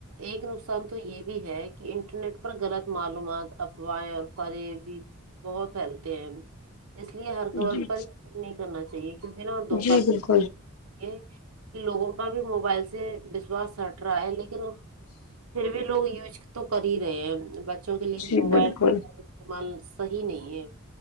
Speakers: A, on the right; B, on the left.
A: ایک نقصان تو یہ بھی ہے کہ انٹرنیٹ پر غلط معلومات افوائیں اور بارے بھی بہت پھیلتے ہیں اس لیے ہر خبر
B: جی
A: پر یقین نہیں کرنا چاہیے کیونک نا دو
B: جی بالکل
A: یہ کہ لوگوں کا بھی موبائل سے وشواس ہٹ رہا ہے لیکن پھر بھی لوگ یوج تو کر ہی رہے ہیں بچوں کے لیے
B: جی
A: موبائل
B: بالکل
A: استعمال صحیح نہیں ہے